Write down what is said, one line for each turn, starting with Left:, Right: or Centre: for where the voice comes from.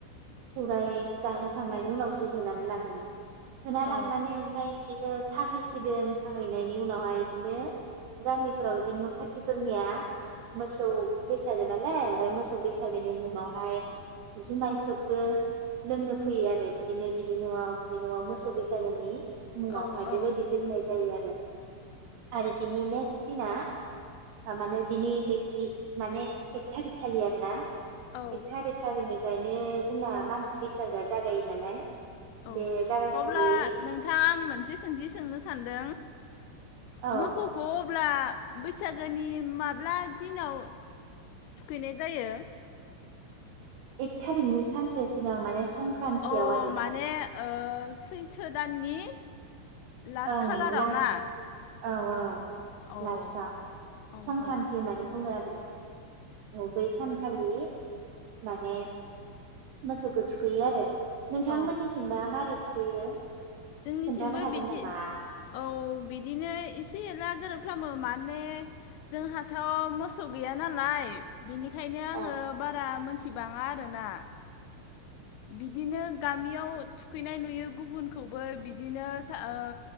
Right: सौराय जाहोखांनायनि उनावसो होनानै लाङो होना
Left: औ
Right: लांनानै ओमफ्राय बिदिनो खाहैसिगोन खाहैनायनि उनावहाय बिदिनो गामिफ्राव बिदिनो न खाथिफोरनिया मोसौ बैसागो नालाय ओमफ्राय मोसौ बैसागोनि उनावहाय जुमायफोरबो लोंनो फैयो आरो बिदिनो बिनि नआव बे नआ मोसौ बैसागोनि मुङावहाय
Left: औ औ
Right: बेबायदि लोंनाय जायो आरो आरो बिनि नेक्स दिना माने बिनि माने एथारिक खालि ना
Left: औ
Right: एकथारिख खालिनि ओंखायनो जोंना मानसि बैसागोआ जागायो नालाय बे
Left: औ
Right: जागायखालि
Left: अब्ला नोंथाङा आं मोनसे सोंथि सोंनो सानदों
Right: औ
Left: मोखौखौ अब्ला बैसागोनि माब्ला दिनाव थुखैनाय जायो
Right: एकथारिकनि सानसे सिगां माने संक्रान्तियाव
Left: अ
Right: आरो
Left: माने ओ सैथो थो दाननि लास्ट
Right: ओं
Left: खालाराव
Right: लास्ट
Left: ना?
Right: औ औ
Left: अ औ
Right: लास्टाव संक्रान्ति
Left: औ
Right: होननानै बुङो आरो औ बै सानखालि माने मोसौखौ थुखैयो आरो नोंथांमोननिथिनबा
Left: औ
Right: मारै थुखैयो?
Left: जोंनिथिंबो
Right: खोन्थानो हागोन
Left: बिदि
Right: नामा
Left: औ बिदिनो एसे एनला गोरोबफ्रोमो माने जोंहाथ' मोसौ गैया नालाय। बेनिखायनो आङो
Right: ओ
Left: बारा मोन मिथिबाङा आरोना। बिदिनो गामियाव थुखैनाय नुयो गुबुनखौबो बिदिनो ओ